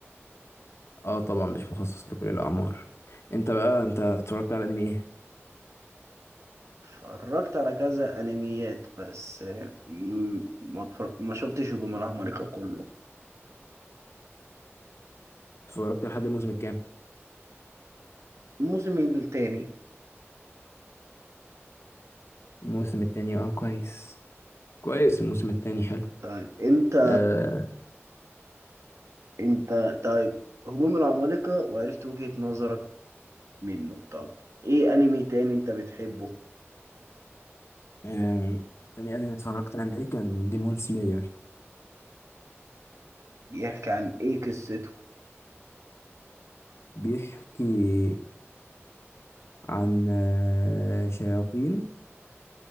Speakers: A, on the left; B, on the right.
A: اه طبعا مش مخصص لكل الأعمار انت بقى انت اتفرجت على الأنمي ايه؟
B: اتفرجت على كذا انميات بس م- ما اتفرج... ما شفتش هجوم العمالقة كله
A: اتفرجت لحد الموسم الكام؟
B: الموسم التاني
A: الموسم التاني اه كويس كويس الموسم التاني حلو
B: طيب انت
A: آه...
B: انت طيب هجوم العمالقة وعرفت وجهة نظرك منه طب ايه انمي تاني انت بتحبه
A: آه، تاني أنمي اتفرجت عليه كان ديمون سلاير
B: بيحكي عن ايه قصته
A: بيحكي عن آه، شياطين